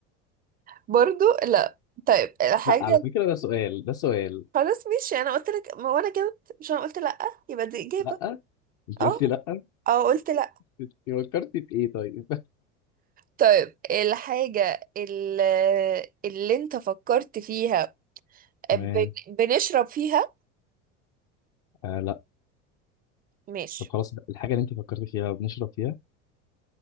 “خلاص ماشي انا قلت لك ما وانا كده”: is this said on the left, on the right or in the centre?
Right